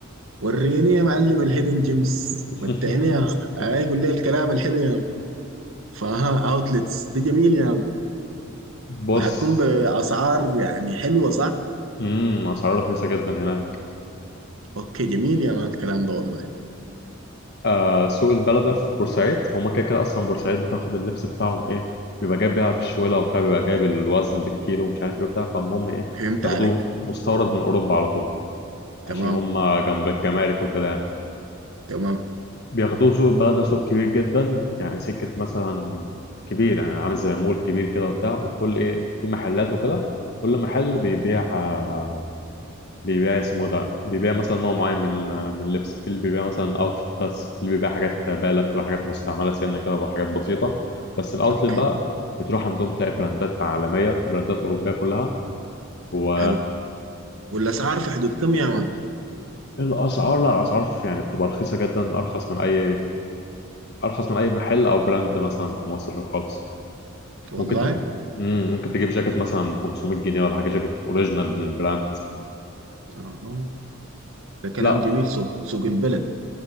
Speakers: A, on the right (about 75°); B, on the left (about 55°).
A: وريني يا معلم الهيدن جيمز
B: <laughs>
A: متعني يا أخ أي قول لي الكلام الحلو يا مان فها أوتلتس دي جميل يا مان
B: بص
A: وهتكون بأسعار يعني حلوة صح؟
B: امم اسعاره رخيصة جدا هناك
A: اوكي جميل يا مان الكلام ده والله
B: آه سوق البلدة في بورسعيد هما كده كده أصلا بورسعيد بتاخد اللبس بتاعهم إيه بيبقى جايب بقى في الشوالة وبتاع بيبقى جايب الوزن بالكيلو ومش عارف إيه وبتاع فالمهم إيه
A: فهمت
B: بياخدوه
A: عليك
B: مستورد من أوروبا على طول
A: تمام
B: عشان هما جنب الجمارك وكده يعني
A: تمام
B: بياخدوه سوق البلدة سوق كبير جدا يعني سكة مثلا كبير يعني عامل زي مول كبير كده وبتاع وكل إيه في محلات وكده كل محل بيبيع آه، بيبيع اسمه ده بيبيع مثلا نوع معين من من اللبس في اللي بيبيع مثلا اوتلت بس في اللي بيبيع حاجات بالة بتبقى حاجات مستعملة سنة كده وحاجات بسيطة بس الاوتلت
A: اوكي
B: بقى بتروح عندهم تلاقي براندات عالمية براندات أوروبية كلها و
A: حلو والاسعار في حدود كم يا مان
B: الأسعار لا الأسعار في- يعني بتبقى رخيصة جدا أرخص من أي أرخص من أي محل أو براند مثلا في مصر خالص
A: والله
B: ممكن تج... مم، ممكن تجيب جاكيت مثلا ب 500 جنيه ولا حاجة جاكيت أوريجينال من براند
A: اها ده كلام
B: لا
A: جميل سوق سوق البلد